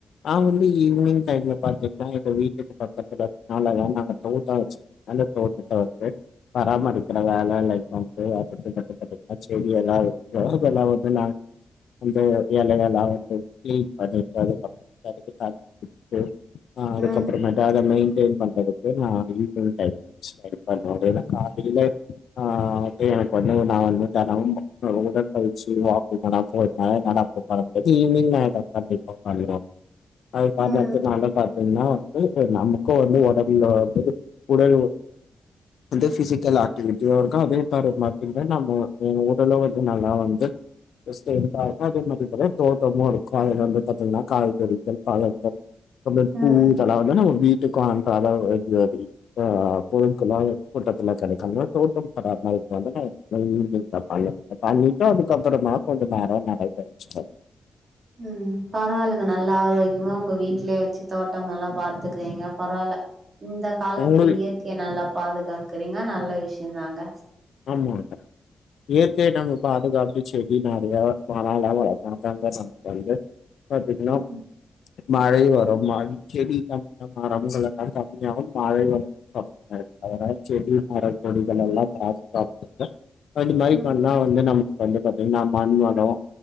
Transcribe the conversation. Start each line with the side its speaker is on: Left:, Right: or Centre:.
Left: நாங் வந்து ஈ்வ்னிங் சைட்ல பாத்தீங்ன்னா எங்க வீட்டுக்கு பக்கததுல <unintelligible> நாங்க துணி தொவச்சோ அந்த தோட்டத்த வந்து பராமரிக்கிற வேலைல வந்து <unintelligible> பா்த்தீங்ன்னா செடி எல்லா இருக்கோ இதெல்லா வந்து நா வந்து எலையெல்லா வந்து க்ளீன் பண்ணிட்டு அதுக்கப் <inaudible> அதுக்கப்புறமேட்டு <unintelligible>
Right: ம் ம்
Left: சேல் பண்றதுக்கு நா ஈமைல் டைப் சரிப்பா <unintelligible> காலைல அ வந்து எனக்கு வந்து நா வந்து தெனமு உடல் கழிச்சு <unintelligible> போ நட நடக்க பழறது ஈவினிங் கண்டிப்பா பண்ணனு அது காரணத்தனால
Right: ம் ம்
Left: பாத்தீங்கன்னா வந்து நமக்கு வந்து ஒடல்ல வந்து குடலு அந்த பிசிக்கல் ஆக்டிவிட்டியாவு இருக்கு அதே <unintelligible> ல்ல நம்ம எ ஓரளவு வந்து நல்லா வந்து <unintelligible> இருக்கு அதே மாதிரி தான தோட்டமு இருக்கு அதுல வந்து பாத்தீங்கன்னா காய்கறிகள் பழங்கள் அந்த பூ
Right: ம்
Left: இதெல்லா வந்து நம்ம வீட்டுக்கு அனுப் அதா இது ஆ புழுக்கலா தோட்டத்துல கெடைக்காம தோட்டம் பராமாரிக்க <unintelligible> பண்ணிட்டு அதுக்கப்புறமா கொஞ்சம் நேரம் நடைபயிற்சிடுவேன்
Right: ம் பரவால்லங்க நல்லா ஆரோக் கியமா உங்க வீட்லயே வச்சு தோட்டம் எல்லா பாத்துக்கிறீங்க பரவால்ல இந்த காலத்துல
Left: உங்களுக்கு
Right: இயற்கைய நல்லா பாதுகாக்கறீங்க நல்ல விஷயம் தாங்க
Left: ஆமா அதா இயற்கைய நம்ம பாதுகாக் க செடி நெறைய <unintelligible> வந்து பாத்தீங்கன்னா
Right: ம்
Left: மழை வரும் மர செடி <inaudible> மரங்கள் எல்லா கம்மியாகும் மழை வ அதனால செடி மர கொடிகள் எல்லாம் கா <inaudible> அது மாரி
Right: ம்
Left: பண்ணா வந்து நமக்கு வந்து பாத்தீங்கன்னா மண் வளம்